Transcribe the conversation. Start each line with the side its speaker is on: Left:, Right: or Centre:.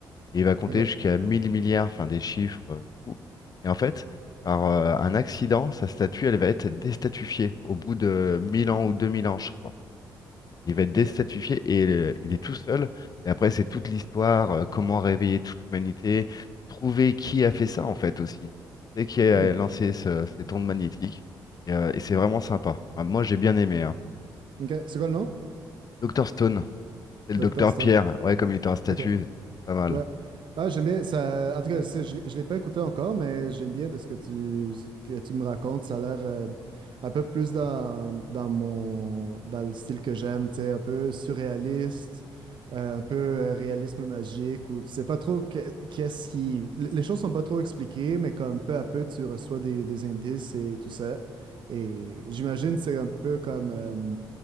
Left: Et il va compter
Right: Ok.
Left: jusqu'à 1000 milliards, enfin des chiffres euh, fous. Et en fait, par euh, un accident, sa statue, elle va être déstatifiée au bout de 1000 ans ou 2000 ans, je crois. Il va être déstatifié
Right: Ok.
Left: et euh, il est tout seul. Et après, c'est toute l'histoire, euh, comment réveiller toute l'humanité, trouver qui a fait ça, en fait, aussi. C'est qui a
Right: Hmm.
Left: lancé ce- ces ondes magnétiques. Et, euh, et c'est vraiment sympa. Enfin, moi, j'ai bien aimé, hein.
Right: Ok. C'est quoi le nom?
Left: Dr Stone. C'est le
Right: Dr.
Left: docteur
Right: Stone.
Left: Pierre. Ouais, comme il était en statut,
Right: Ok.
Left: c'est pas mal.
Right: Ouais. Ah, j'aime bien ça. En tout cas, ça, je ne l'ai je l'ai pas écouté encore, mais j'aime bien de ce que tu, ce que tu me racontes. Ça a l'air euh, un peu plus dans, dans mon, dans le style que j'aime, tu sais, un peu surréaliste, euh, un peu euh, réalisme magique, où tu sais pas trop que- qu'est-ce qui. l- Les choses sont pas trop expliquées, mais comme peu à peu, tu reçois des, des indices et tout ça. Et j'imagine que c'est un peu comme euh,